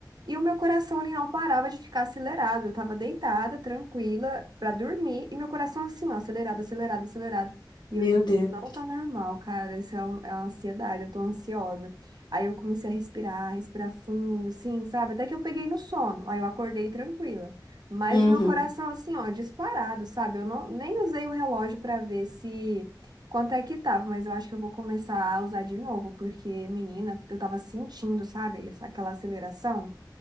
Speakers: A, on the right (about 65°); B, on the left (about 70°).
A: e o meu coração ele não parava de ficar acelerado. Eu tava deitada, tranquila, pra dormir, e meu coração assim, ó, acelerado, acelerado, acelerado. E
B: Meu
A: eu, gente,
B: Deus.
A: isso não tá normal, cara. Isso é, um- é uma ansiedade, eu tô ansiosa. Aí eu comecei a respirar, respirar fundo, assim, sabe? Até que eu peguei no sono. Aí eu acordei tranquila. Mas
B: Uhum.
A: o meu coração, assim, ó, disparado, sabe? Eu não, nem usei o relógio pra ver se. Quanto é que tava, mas eu acho que eu vou começar a usar de novo, porque, menina, eu tava sentindo, sabe, essa- aquela aceleração.